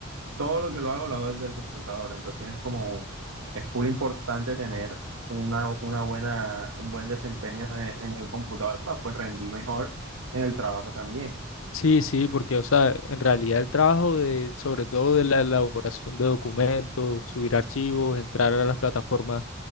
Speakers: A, on the right; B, on the left.
A: todo lo que lo hago, lo hago desde el computador. Entonces es como, es full importante tener una, una buena, un buen desempeño de- en el computador, para pues rendir mejor en el trabajo también.
B: Sí, sí, porque, o sea, en realidad el trabajo de, sobre todo de la elaboración de documentos, subir archivos, entrar a las plataformas